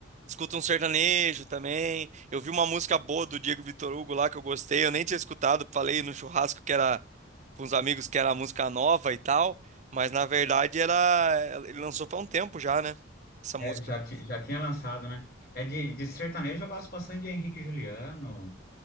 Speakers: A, on the right; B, on the left.
A: escuto um sertanejo também. Eu vi uma música boa do Diego Vitor Hugo lá que eu gostei, eu nem tinha escutado, falei no churrasco que era com uns amigos que era a música nova e tal, mas na verdade era. Ele lançou faz um tempo já, né? Essa
B: é,
A: música,
B: já, ti- já tinha lançado, né? É de, de sertanejo, eu gosto bastante de Henrique e Juliano.